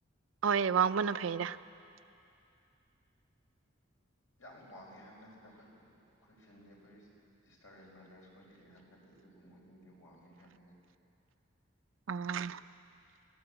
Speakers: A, on the right; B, on the left.
A: ꯍꯣꯏ ꯋꯥꯡꯕꯅ ꯐꯩꯔ <inaudible>
B: ꯌꯥꯝ ꯋꯥꯡꯉꯦ ꯍꯥꯏꯕ ꯅꯠꯇꯦꯗ ꯑꯩꯈꯣꯏ ꯑꯩꯈꯣꯏ ꯐꯦꯃꯤꯂꯤ ꯑꯩꯈꯣꯏ ꯁꯤꯁꯇꯔ ꯑꯦꯟ ꯕ꯭ꯔꯥꯗꯔꯁ ꯈꯣꯏꯗꯒꯤ ꯍꯥꯏꯕ ꯅꯠꯇꯦ ꯑꯗꯨꯕꯨ ꯃꯣꯏꯗꯒꯤꯗꯤ ꯋꯥꯡꯉꯦ ꯍꯥꯏꯕꯅꯤꯅ
A: ꯑꯥ